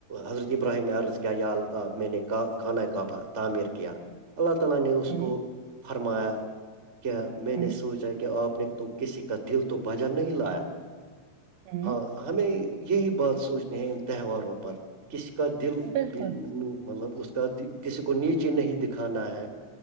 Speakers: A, on the right; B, on the right.
A: حضرت ابراہیم نے عرض کیا یا اللہ میں نے خانہ کعبہ تعمیر کیا اللہ نے اس
B: ہوں
A: کو فرمایا کہ میں نے
B: ہوں
A: سوچا کہ آپ نے تو کسی کا دل تو بجا نہیں لایا
B: ہوں
A: ہاں ہمیں یہی بات سوچنی ہے ان تہواروں پر کسی کا دل
B: بالکل
A: بھی مطلب اس کا کسی کو نیچے نہیں دکھانا ہے